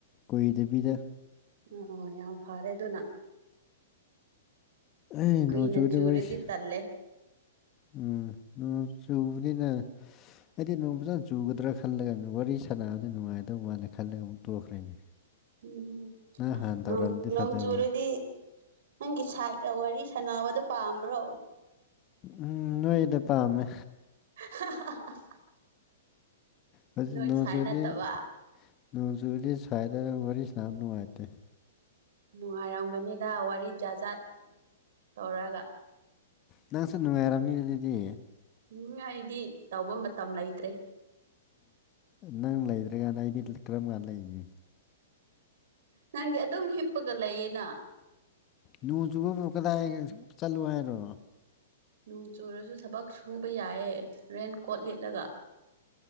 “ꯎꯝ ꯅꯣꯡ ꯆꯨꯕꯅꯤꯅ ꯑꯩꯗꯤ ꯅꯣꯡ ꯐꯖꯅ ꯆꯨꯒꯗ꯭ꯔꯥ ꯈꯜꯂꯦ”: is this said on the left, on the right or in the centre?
Left